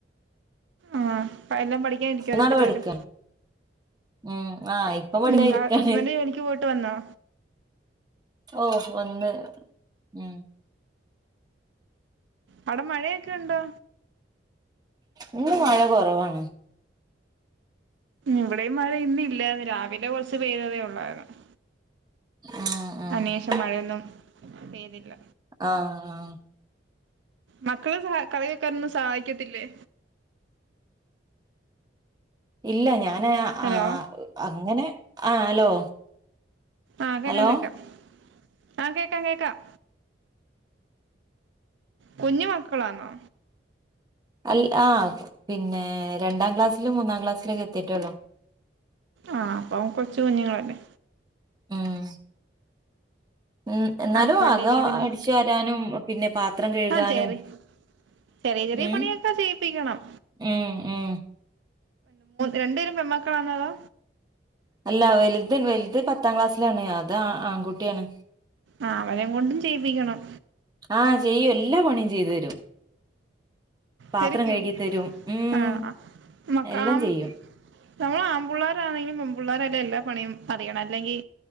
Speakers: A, on the right; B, on the right.
A: ആഹ് സൈലം പഠിക്കാൻ ഇരിക്കാണോ
B: മൂന്നാള്
A: ഇപ്പ എല്ലാരും
B: പഠിക്കാണ് ഉം ആഹ് ഇപ്പൊ പഠിക്കാനിരിക്കാണ്
A: ഉം ആഹ് ഹസ്ബൻ്റ് ജോലിക്ക് പോ ട്ട് വന്നോ
B: ഓ വന്ന് ഉം
A: അവിടെ മഴയൊക്കെ ഉണ്ടോ
B: ഇന്ന് മഴ കുറവാണ്
A: ഇവിടെയും മഴ ഇന്ന് ഇല്ലായിരുന്നു രാവിലെ ലെ കുറച്ച് പെയ്ത ഉള്ളായിരുന്നു
B: ആഹ് ആഹ്
A: അതിന് ശേഷം മഴ ഒന്നും പെയ്തില്ല
B: ആഹ്
A: മക്കൾ കറി വെയ്ക്കാൻ ഒന്നും സഹായിക്കത്തില്ലേ
B: ഇല്ല ഞാ ന്
A: ഹലോ
B: അ അങ്ങനെ ആഹ് ഹലോ
A: ആഹ് കേക്കാം
B: ഹലോ
A: കേക്കാം ആഹ് കേക്കാം കേക്കാം കുഞ്ഞു മക്ക ളാണോ
B: അല്ല ആഹ് രണ്ടാം ക്ലാസിലും മൂന്നാം ക്ലാസിലെക്കെ എത്തീട്ടേ ഉള്ളൂ
A: ആഹ് അപ്പം കൊച്ചു കുഞ്ഞുങ്ങളല്ലേ
B: ഉം ഉം എന്നാലും
A: അവർക്ക് വലിയ
B: അകം
A: രീതിയിലൊന്നും
B: അടിച്ച് വാരാനും പാത്രം കഴുകാനും
A: ആഹ് ചേറി ചെറിയ ചെറിയ
B: ഉം
A: പണിയൊക്കെ ചെയ്യിപ്പിക്കണം
B: ഉം ഉം
A: രണ്ട് പേരും പെൺമക്കളാണോ
B: അല്ല വലുത് പത്താം ക്ലാസ്സാണ് അത് ആൺ കുട്ടി ആണ്
A: ആഹ് അവനേം കൊണ്ടും ചെയ്യിപ്പിക്കണം
B: ആഹ് ചെയ്യും എല്ലാ പണികളും ചെയ്ത് തരും പാത്രം
A: തെരക്കിയോ
B: കഴുകി തരും ഉം
A: ആഹ് മക്കാം
B: എല്ലാം ചെയ്യും
A: ഞങ്ങൾ ആമ്പുള്ളാരാണേലും പെമ്പുള്ളാരല്ലേ എല്ലാ പണിയും അറിയണേ ല്ലങ്കി